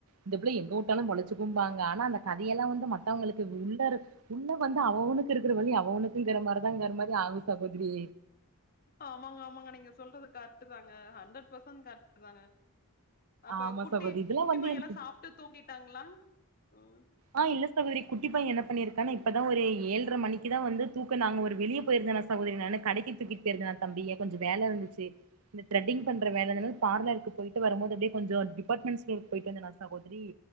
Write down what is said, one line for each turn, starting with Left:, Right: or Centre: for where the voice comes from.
Right: இந்த பிள்ள எங்கஉட்டாலு பொழச்சுகுபாங்க ஆனா அந்த கதையெல்லா வந்து மத்தவங்களுக்கு உள்ள உள்ள வந்து அவஅவனு இர்க்குற அவனுக்குங்கற மாதிரிதாங்கற மாரி ஆகு சகோதிரி
Left: ஆமாங்க ஆமாங்க நீங்க சொல்றது கரெக்டு தாங்க ஹண்ட்ரட்பர்சன்ட் கரக்ட தாங்க அப்ப
Right: ஆமா
Left: குட்டி
Right: சகோதரி இதெல்லாம்
Left: குட்டி
Right: வந்து
Left: பையெல்லா
Right: எனக்கு
Left: சாப்ட்டு தூங்கிட்டாங்களா ம்
Right: ஆ இல்ல சகோதரி குட்டிப்பையன் என்ன பண்ணியிருக்கானா இப்பதா ஒரு ஏழ்டர மணிக்குதா வந்து தூக்க நாங்க ஒரு வெளியே போயிருக்க சகோதரி நானு கடைக்கு தூக்கிட்டு போயிருந்தே தம்பி கொஞ்சோ வேல இருந்துச்சு இந்த த்ரேட்டிங் பண்ற வேலதா பார் இருக்கு போயிட்டு வரும்போது அப்டியே கொஞ்சோ டிபார்டமென்ட் ஸ்டோர் போயட்டு வந்தேன சகோதரி